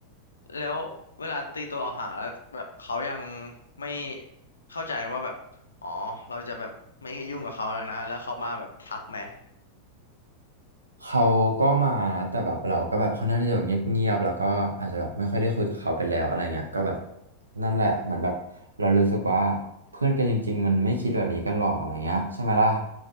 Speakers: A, on the left (about 75°); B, on the right (about 75°).
A: แล้วเวลาตีตัวออกห่างแล้วแบบเขายังไม่เข้าใจว่าแบบอ๋อเราจะแบบไม่ยุ่งกับเขาแล้วนะแล้วเขามาแบบทักไหม
B: เขาก็มานะแต่แบบเราก็แบบค่อนข้างที่จะแบบเงียบๆแล้วก็อาจจะแบบไม่ค่อยได้คุยกับเขาไปแล้วอะไรเงี้ยก็แบบนั่นแหละเหมือนแบบเรารู้สึกว่าเพื่อนกันจริงๆมันไม่คิดแบบนี้กันหรอกอะไรเงี้ยใช่ไหมล่ะ